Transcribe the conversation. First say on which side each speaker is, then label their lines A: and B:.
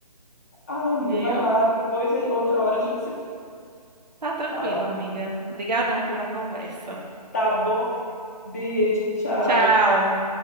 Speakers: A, on the left (about 25°); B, on the right (about 80°).
A: Ai, amiga,
B: viu?
A: vai lá. Depois, eh, outra hora, a gente se
B: Tá tranquila,
A: fala.
B: amiga. Obrigadão pela conversa.
A: Tá bom? Beijo, tchau.
B: Tchau.